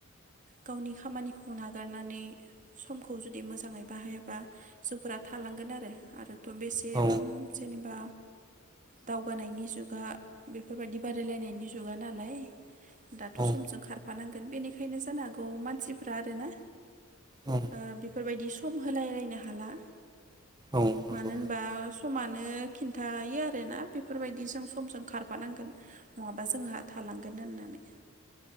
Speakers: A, on the right; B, on the right.
A: गावनि खामानिखौ नागारनानै समखौ जुदि मोजाङै बाहायाबा जोंफोरा थालांगोन आरो आरो थ बेसेबां
B: औ
A: जेनेबा दावगानायनि जुगा बेफोरबायदि बादायलायनायनि जुगा नालाय दाथ'
B: औ
A: समजों खारफानांगोन बेनिखायनो जानो हागौ मानसिफ्रा आरोना
B: औ
A: ओ बेफोरबायदि सम होलायलायनो हाला
B: औ नंगौ
A: मानो होनबा समानो खिन्थायो आरोना बेफोरबायदि जों समजों खारफानांगोन नङाबा जोंहा थालांगोन होननानै।